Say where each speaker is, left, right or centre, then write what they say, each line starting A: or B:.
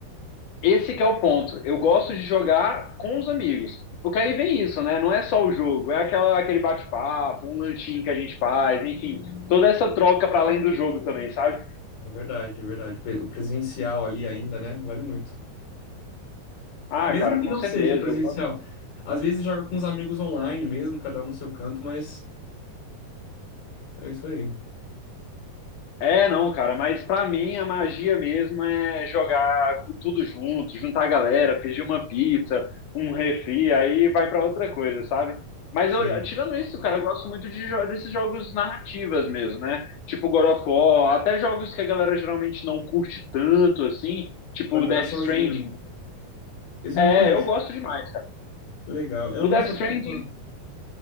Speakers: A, on the left; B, on the left.
A: Esse que é o ponto. Eu gosto de jogar com os amigos. Porque aí vem isso, né? Não é só o jogo, é aquela, aquele bate-papo, um lanchinho que a gente faz, enfim, toda essa troca para além do jogo também, sabe?
B: É verdade, é verdade. O pe- o presencial ali ainda, né? Vale muito.
A: Ah,
B: Mesmo
A: cara,
B: que
A: com
B: não
A: certeza.
B: seja presencial.
A: Eu
B: Às vezes joga com os amigos online mesmo, cada um no seu canto, mas é isso aí.
A: É, não, cara, mas pra mim a magia mesmo é jogar tudo junto, juntar a galera, pedir uma pizza, um refri, aí vai pra outra coisa, sabe? Mas
B: Sim.
A: eu, tirando isso, cara, eu gosto muito de jo- desses jogos narrativas mesmo, né? Tipo God of War, até jogos que a galera geralmente não curte tanto, assim, tipo
B: Pra jogar
A: Death
B: sozinho.
A: Stranding.
B: Esse
A: É,
B: eu não conheço.
A: eu gosto demais.
B: Que legal. Eu
A: O
B: não
A: Death
B: sou
A: Stranding.
B: tão fã.